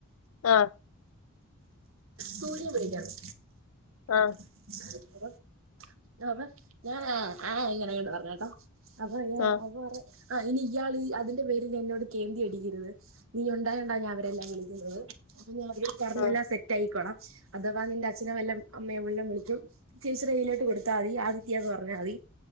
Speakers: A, on the left; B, on the right.
A: ആഹ്...
B: സൂര്യ വിളിക്കാന്ന്.
A: ആഹ്.
B: <inaudible> അപ്പ, ഞാനാ ആഹ്, ഇങ്ങനെങ്ങോട്ട് പറഞ്ഞു കെട്ടോ? അപ്പൊ
A: ആ ആ
B: അപ്പൊ പറ... ആഹ്, ഇനി ഇയാള് അതിന്റെ പേരിലെന്നോട് കേന്തി അടിക്കര്ത്. നീ ഉണ്ടായോണ്ട ഞാ അവരെല്ലാം വിളിക്ക്ന്നത്. അപ്പൊഞി അവര്... പറഞ്ഞെല്ല
A: ആ
B: സെറ്റാകിക്കോളാം. അഥവാ നിന്റെ അച്ഛനെ വല്ലൊം അമ്മയെ വല്ലം വിളിക്കും ചേച്ചിടെ കയ്യിലോട്ട് കൊട് താ ആദിത്യാന്ന് പർഞ്ഞാ മതി.